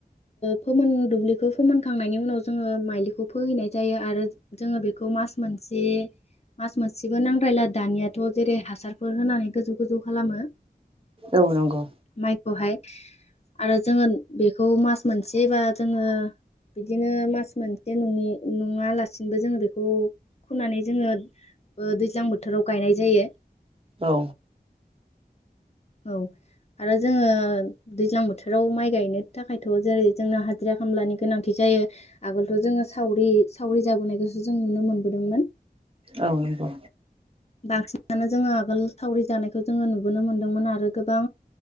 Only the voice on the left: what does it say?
फोमोन दुब्लिखौ फोमोनखांनायनि उनाव जोङो माइलिखौ फोहैनाय जायो आरो जोङो बेखौ मास मोनसे मास मोनसेबो नांद्रायला दानियाथ। जेरै हासारफोर होनानै गोजौ गोजौ खालामो
माइखौहाय। आरो जोङो बेखौ मास मोनसेबा जोङो बिदिनो मास मोनसे नि नङालासिनोबो जोङो बेखौ खुनानै जोङो दैज्लां बोथोराव गायनाय जायो।
औ आरो जोङो दैज्लां बोथोराव माइ गायनो थाखायथ जेरै जोंना हाजिरा खामलानि गोनांथि जायो आगोलथ जोङो सावरि सावरि जाबोनायखौसो जों नुनो मोनबोदोंमोन।
बांसिनानो जोङो आगोल सावरि जानायखौ जोङो नुबोनो मोनदोंमोन आरो गोबां